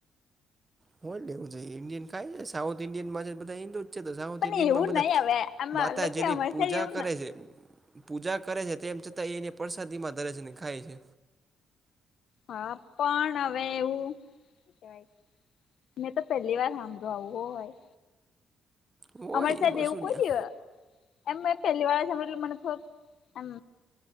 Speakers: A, on the right; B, on the left.
A: ફોલ દેવું જોઈએ, ઈન્ડિયન ખાય સાઉથ ઇન્ડિયનમાં છે ઈ બધા હિન્દૂ છે તો સાઉથ
B: પણ
A: ઈન્ડિયનમાં
B: એવું
A: બધા
B: નહી હવે આમાં
A: માતા
B: મતલબ કે
A: જેની
B: અમારી
A: પૂજા
B: સાઈડ એવું
A: કરે
B: ન
A: છે પૂજા કરે છે તેમ છતાં એ એને પરસાદીમાં ધરે છે ને ખાય છે.
B: હા, પણ અવે એવું શું કેવાય મે તો પહેલીવાર હાભળ્યું આવું હોય.
A: હોય
B: અમારી સાઈડ
A: એમાં
B: એવું
A: શું
B: કોઈ
A: ત્યાં
B: દીવ એમ મે પહેલીવાર <unintelligible> એટલે મને થોડુક એમ